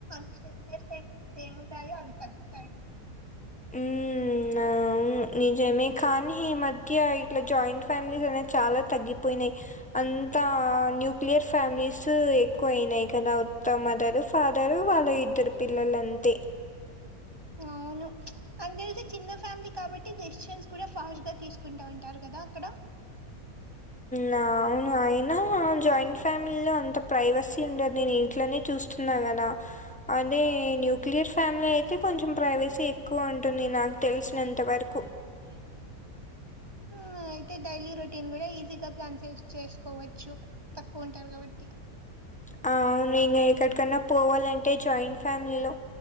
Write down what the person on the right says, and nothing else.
మిస్ అండర్స్టాండింగ్స్ ఏమున్నాయో అవి తగ్గుతాయి
అవును నాకు తెలిసి చిన్న ఫ్యామిలీ కాబట్టి డెసిజెన్స్ కూడా ఫాస్ట్ గ తీసుకుంటా ఉంటారు కదా అక్కడ
ఫ్రీ ఫ్రీ ఆ అయితే డైలీ రొటీన్ కూడ ఈజీగా ప్లాన్ చే చేసుకోవచ్చు తక్కువ ఉంటారు కాబట్టి